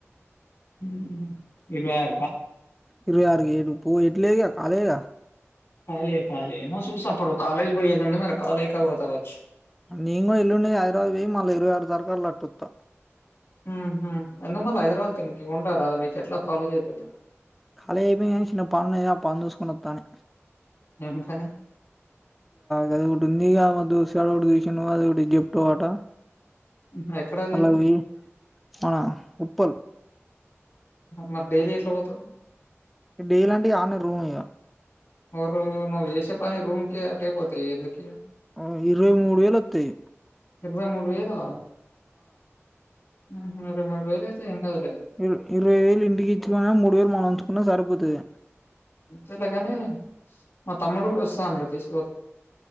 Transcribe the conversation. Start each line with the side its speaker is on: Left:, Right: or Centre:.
Left: ఉ ఇరవై ఆరు క
Centre: ఇరవై ఆరుకి ఏడు పో ఏట్ లేదుగా కాలేదుగా
Left: ఫాల ఫాల మ చూస అప్పుడు కాలేజ్ పోయేదం మరి కాాల ఎ కాబత కచ్చ
Centre: నేను కూడా ఎల్లుండి హైదరాబాద్ కి పోయి మళ్ళీ ఇరవై ఆరు తరకాళలాటుత
Left: అ హా అంటే మల్ల హైదరాబాద్ కి ఎందుకు ఉంటారు అ ఎట్లా కాలేజ్ ఐపోయింది గా
Centre: కాలేజ్ అయిపోయి కానీ చిన్న పనున్నది ఆ పని చూసుకొని వత్త అని
Left: ఏం పని
Centre: కది ఉంది మా దస <unintelligible> <unintelligible> జెప్టో అటా
Left: హుహు. ఎక్కడది
Centre: మల్లా అవి ఆ ఉప్పల్
Left: మరి డైలీ ఎట్లా పోతవు.
Centre: డైలీ అంటే అన్నే రూం ఇగా
Left: <unintelligible> నువ్వు చేసే పనికి రూమ్కే అటేపోతయి ఎందుకు ఇగా.
Centre: ఆ ఇరవై మూడు వేలు అత్తయి.
Left: ఇరవై మూడు వేలా హుహ్ మరి వేరు అయితే కాదులే
Centre: ఇరు ఇరవై వేలు ఇంటికి ఇచ్చుకున్న మూడు వేలు మనం ఉంచుకున్న సరి పోతది.
Left: ఇత్తలేగాని మ తమ్ముడు కూడా వస్తా అన్నడు తీసు